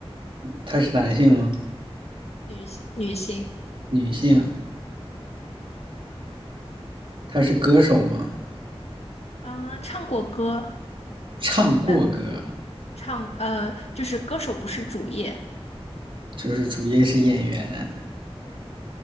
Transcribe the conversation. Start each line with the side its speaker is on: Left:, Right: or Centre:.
Right: 他是男性吗？
Left: 女性女性，
Right: 女性？他是歌手吗？
Left: 啊，唱过歌，
Right: 唱过歌，
Left: 但唱呃就是歌手不是主业，
Right: 就是主业是演员。